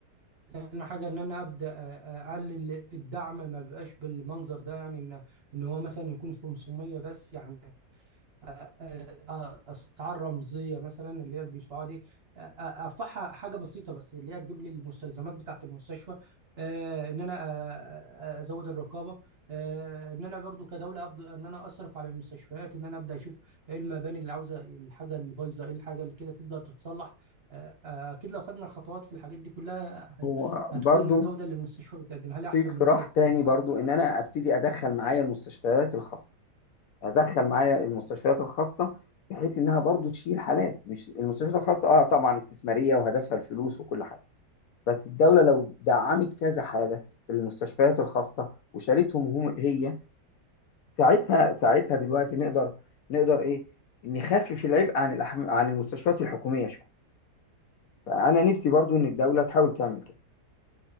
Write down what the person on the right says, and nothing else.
ثاني حاجه ان انا ابدا اقلل الدعم ما بقاش بالمنظر ده يعني ان ان هو مثلا يكون 500 بس يعني آه، آه، اسعار رمزيه مثلا اللي هي بيدفعوها دي آه، آه، ارفعها حاجه بسيطه بس اللي هي تجيب لي المستلزمات بتاعه المستشفى آه، ان انا آه، آه، ازود الرقابه آه، ان انا برضو كدوله ابدا ان انا اصرف على المستشفيات ان انا ابدا اشوف ايه المباني اللي عاوزه الحاجه اللي بايظه ايه الحاجه اللي كده تبدا تتصلح آه، آه، اكيد لو خدنا خطوات في الحاجات دي كلها هي-
هتكون
الجوده اللي المستشفى بتقدمها لي احسن
من كده بكتير
صح؟